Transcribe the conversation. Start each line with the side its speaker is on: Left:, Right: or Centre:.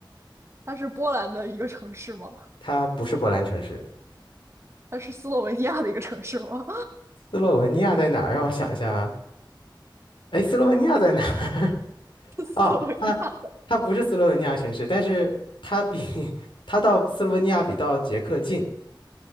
Right: 它是波兰的一个城市吗？
Left: 它不是波兰城市。
Right: 它是斯洛文尼亚的一个城市吗？
Left: 斯洛文尼亚在哪儿？让我想一下啊，哎，斯洛文尼亚在哪儿？<laughs>
Right: <laughs> 斯洛文尼亚。
Left: 哦，它它不是斯洛文尼亚城市，但是它比 <laughs> 它到斯洛文尼亚比到捷克近。